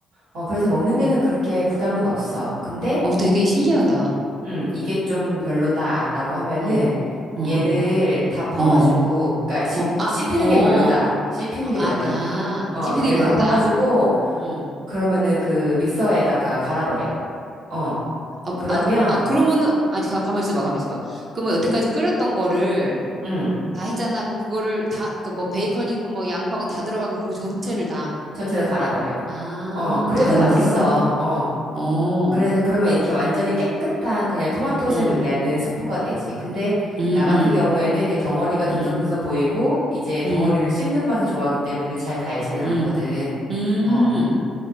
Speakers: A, on the right; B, on the right.
A: 어, 그래서 먹는 데는 그렇게 부담은 없어. 근데,
B: 어, 되게 신기하다.
A: 이, 음, 이게 좀 별로다라고 하면은,
B: 어, 어,
A: 얘를 다 퍼가지고,
B: 어,
A: 그러니까 씹,
B: 어, 아,
A: 씹히는
B: 어, 어,
A: 게 별로다. 씹히는 게
B: 아,
A: 별로다.
B: 아,
A: 어,
B: 씹히는
A: 얘를
B: 게 별로다.
A: 다 퍼가지고,
B: 음.
A: 그러면은 그 믹서에다가 갈아버려. 어,
B: 아,
A: 그러면,
B: 아, 아, 그러면은, 아니, 가, 가만히 있어봐, 가만히 있어봐. 그러면 여태까지 끓였던 거를
A: 음,
B: 다 했잖아. 그럼 그거를 다, 그 뭐 베이컨이고 뭐 양파고 다 들어간 거 그거 전체를 다.
A: 전체를 갈아버려.
B: 아,
A: 어, 그래도
B: 갈아버려?
A: 맛있어. 어,
B: 어,
A: 그래서 그러면 이렇게 완전히 깨끗한 그냥 토마토색을
B: 음,
A: 내는 스프가 되지. 근데
B: 음,
A: 나 같은
B: 음,
A: 경우에는 이게 덩어리가 듬성듬성
B: 음,
A: 보이고 이제 덩어리를
B: 음,
A: 씹는 맛을 좋아하기 때문에 잘 갈지는 않거든.
B: 음, 음.
A: 어,